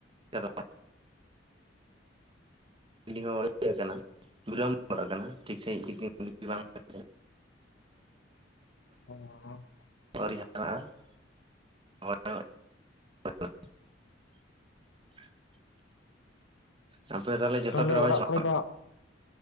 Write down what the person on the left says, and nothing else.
ᱦᱚᱸ ᱦᱚᱸ
ᱛᱟᱦᱚᱞᱮ
ᱚᱲᱟᱜ
ᱠᱚᱨᱮ ᱫᱚ ᱦᱟᱸᱜ